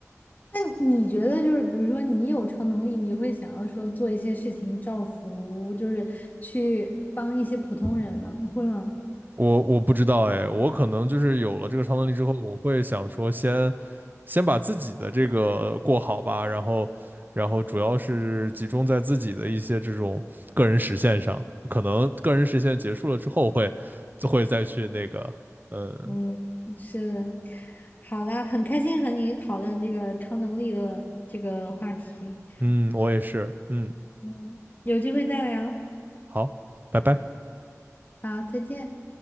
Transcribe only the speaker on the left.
那你觉得就是，比如说你有超能力，你会想要说做一些事情造福，就是去帮一些普通人吗？你会吗？
嗯，是的。好啦，很开心和你讨论这个超能力的这个话题。
嗯，有机会再聊。
好，再见。